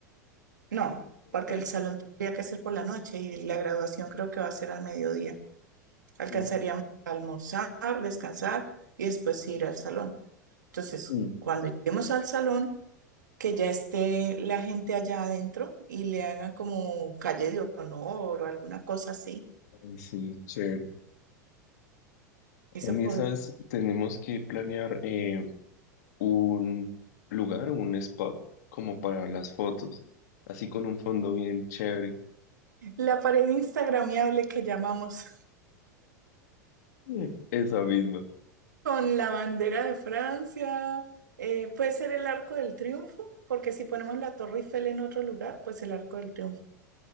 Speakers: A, on the right (about 85°); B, on the left (about 65°).
A: No,
B: Ok.
A: porque el salón tendría que ser por la noche y la graduación creo que va a ser al mediodía. Alcanzaríamos
B: Mm,
A: a almorzar, descansar y después ir al salón. Entonces,
B: mm.
A: cuando lleguemos al salón, que ya esté la gente allá adentro y le hagan como calle de honor o alguna cosa así.
B: Ay, sí, chévere.
A: Y
B: También,
A: se podría.
B: ¿sabes? Tenemos que planear. eh, un lugar o un spot como para las fotos, así con un fondo bien chévere.
A: La pared instagramiable que llamamos
B: Mm. Esa misma.
A: <laughs> con la bandera de Francia, eh, puede ser el Arco del Triunfo, porque si ponemos la Torre Eiffel en otro lugar, pues el Arco del Triunfo.